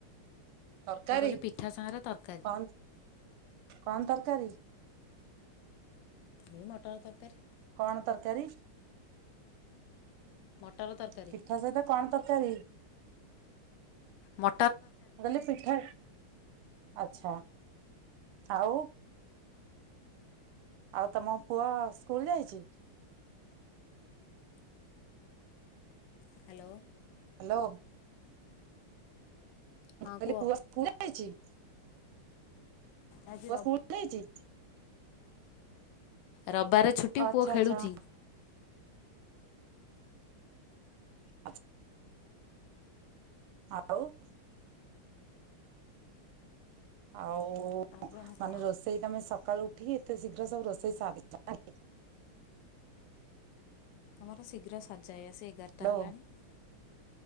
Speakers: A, on the right; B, on the left.
A: ତରକାରୀ
B: ମୁଁ କହିଲି ପିଠା ସାଙ୍ଗରେ ତରକାରୀ
A: କଣ କଣ ତର କାରି।
B: ଏ ମଟର ତରକାରୀ।
A: କଣ ତରକାରୀ।
B: ମଟର ତରକାରୀ
A: ପିଠା ସହିତ କଣ ତରକାରୀ।
B: ମୋ।
A: ଆଲେ ପିଠ। ଆଛା ଆଉ। ଆଉ ତମ ପୁଅ ସ୍କୁଲ ଯାଇଛି।
B: ହ୍ୟାଲୋ।
A: ହ୍ୟାଲୋ। ମୁଁ
B: ହଁ
A: କହିଲଲି
B: କୁହ
A: ପୁଅ ଇସକୁଲ ଯାଇଛି। <inaudible>
B: ଆଜି
A: ପୁଅ ସ୍କୁଲ ଯାଇଛି।
B: ରିବାର ଛୁଟି
A: ଆଚ୍ଛା
B: ପୁଅ ଖେଳୁଛି।
A: ଆଚ୍ଛା ହ ଆଉ। <inaudible> ଆଉ
B: କଣ କୁହ
A: ମାନେ ରୋଷେଇ ତମେ ସକାଳୁ ଉଠିକି ଏତେ ଶୀଘ୍ର ସବୁ ରୋଷେଇ ସାରିଛ ନଅ କି।
B: ଆମର ଶୀଘ୍ର ସଜଯାଇ ଆସେ। ଏ ଗାରଟା
A: ହ୍ୟାଲୋ
B: ହେଲାଣି।